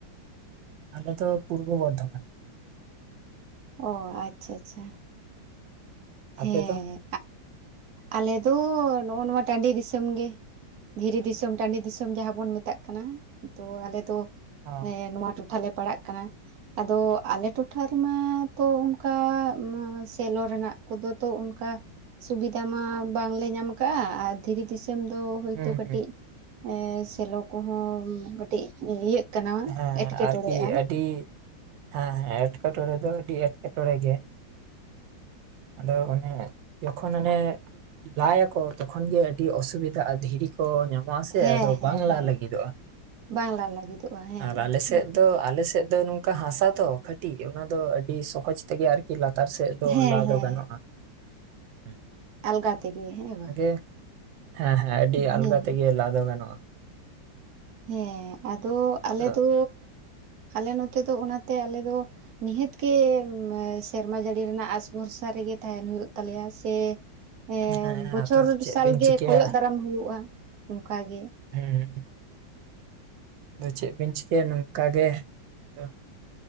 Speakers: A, on the right; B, on the right.
A: ᱟᱞᱮ ᱫᱚ ᱯᱩᱨᱵᱚ ᱵᱚᱨᱫᱷᱚᱢᱟᱱ
B: ᱚ ᱟᱪᱷᱟ ᱟᱪᱷᱟ ᱦᱮᱸ
A: ᱟᱯᱮ ᱫᱚ
B: ᱟᱞᱮ ᱫᱚ ᱱᱚᱜᱼᱚ ᱱᱚᱣᱟ ᱴᱟᱺᱰᱤ ᱫᱤᱥᱚᱢ ᱜᱮ ᱫᱷᱤᱨᱤ ᱫᱤᱥᱚᱢ ᱴᱟᱺᱰᱤ ᱫᱤᱥᱚᱢ ᱡᱟᱦᱟᱸ ᱵᱚᱱ ᱢᱮᱛᱟᱜ ᱠᱟᱱᱟ ᱛᱚ ᱟᱞᱮ ᱫᱚ
A: ᱚ,
B: ᱮ ᱱᱚᱣᱟ ᱴᱚ ᱴᱛᱷᱟ ᱞᱮ ᱯᱟᱲᱟᱜ ᱠᱟᱱᱟ ᱟᱫᱚ ᱟᱞᱮ ᱴᱚᱴᱷᱟ ᱨᱮᱢᱟ ᱛᱚ ᱚᱱᱠᱟ ᱥᱮᱞᱚ ᱨᱮᱱᱟᱜ ᱠᱚᱫᱚ ᱛᱚ ᱚᱱᱠᱟ ᱥᱩᱵᱤᱫᱟ ᱢᱟ ᱵᱟᱝᱞᱮ ᱧᱟᱢ ᱟᱠᱟᱜᱼᱟ ᱟᱨ ᱫᱷᱤᱨᱤ ᱫᱤᱥᱚᱢ ᱫᱚ ᱦᱳᱭᱛᱚ
A: ᱦᱩᱸ
B: ᱠᱟᱹᱴᱤᱡ
A: ᱦᱩᱸ
B: ᱮᱸ ᱥᱮᱞᱚ ᱠᱚᱦᱚᱸ ᱠᱟᱹᱴᱤᱡ ᱤᱭᱟᱹᱜ ᱠᱟᱱᱟ
A: ᱦᱮᱸ
B: ᱮᱴᱠᱮᱴᱚᱬᱮᱜᱼᱟ
A: ᱟᱨᱠᱤ ᱟᱹᱰᱤ ᱦᱮᱸ ᱦᱮᱸ ᱮᱴᱠᱮᱴᱚᱲᱮ ᱫᱚ ᱟᱹᱰᱤ ᱮᱴᱠᱮᱴᱚᱲᱮ ᱜᱮ ᱟᱫᱚ ᱚᱱᱮ ᱡᱚᱠᱷᱚᱱ ᱚᱱᱮ ᱞᱟᱭ ᱟᱠᱚ ᱛᱚᱠᱷᱚᱱ ᱜᱮ ᱟᱹᱰᱤ ᱚᱥᱩᱵᱤᱫᱟᱜᱼᱟ ᱫᱷᱤᱨᱤ ᱠᱚ ᱧᱟᱢᱚᱜ ᱢᱟᱥᱮ
B: ᱦᱮᱸ
A: ᱟᱫᱚ
B: ᱦᱮᱸ
A: ᱵᱟᱝ
B: ᱦᱮᱸ
A: ᱞᱟᱜ ᱞᱟᱹᱜᱤᱫᱚᱜᱼᱟ
B: ᱵᱟᱝ ᱞᱟ ᱞᱟᱹᱜᱤᱫᱚᱜᱼᱟ ᱦᱮᱸ
A: ᱟᱨ ᱟᱞᱮ ᱥᱮᱫ ᱫᱚ ᱟᱞᱮ ᱥᱮᱫ ᱫᱚ ᱱᱚᱝᱠᱟ ᱚᱱᱠᱟ ᱦᱟᱥᱟ ᱫᱚ ᱠᱟᱹᱴᱤᱡ ᱚᱱᱟ ᱫᱚ ᱟᱹᱰᱤ ᱥᱚᱦᱚᱡ ᱛᱮᱜᱮ ᱟᱨᱠᱤ ᱞᱟᱛᱟᱨ ᱥᱮᱫ ᱫᱚ
B: ᱦᱮᱸ
A: ᱞᱟ
B: ᱦᱮᱸ
A: ᱫᱚ <unintelligible>
B: ᱟᱞᱜᱟ ᱛᱮᱜᱮ ᱦᱮᱸ
A: ᱚᱱᱟᱜᱮ
B: ᱵᱟᱝ
A: ᱦᱮᱸ ᱦᱮᱸ ᱟᱹᱰᱤ ᱟᱞᱜᱟ
B: ᱦᱮᱸ
A: ᱛᱮᱜᱮ ᱞᱟᱫᱚ ᱜᱟᱱᱚᱜᱼᱟ
B: ᱦᱮᱸ ᱟᱫᱚ ᱟᱞᱮ
A: ᱟᱫᱚ
B: ᱫᱚ ᱟᱞᱮ ᱱᱚᱛᱮ ᱫᱚ ᱚᱱᱟᱛᱮ ᱟᱞᱮ ᱫᱚ ᱱᱤᱦᱟᱹᱛ ᱜᱮ ᱥᱮᱨᱢᱟ ᱡᱟᱹᱲᱤ ᱨᱮᱱᱟᱜ ᱟᱥ ᱵᱷᱚᱨᱥᱟ ᱨᱮᱜᱮ ᱛᱟᱦᱮᱱ ᱦᱩᱭᱩᱜ ᱛᱟᱞᱮᱭᱟ ᱥᱮ ᱮᱸ
A: ᱦᱮᱸ
B: ᱵᱚᱪᱷᱚᱨ
A: ᱟᱫᱚ ᱪᱮᱫ
B: ᱥᱟᱞ
A: ᱵᱤᱱ
B: ᱜᱮ
A: ᱪᱤᱠᱟᱹᱭᱟ
B: ᱠᱚᱭᱚᱜ ᱫᱟᱨᱟᱢ ᱦᱩᱭᱩᱜᱼᱟ ᱚᱱᱠᱟ ᱜᱮ
A: ᱦᱮᱸ ᱟᱫᱚ ᱪᱮᱫ ᱵᱤᱱ ᱪᱤᱠᱟᱹᱭᱟ ᱱᱚᱝᱠᱟ ᱜᱮ ᱟᱫᱚ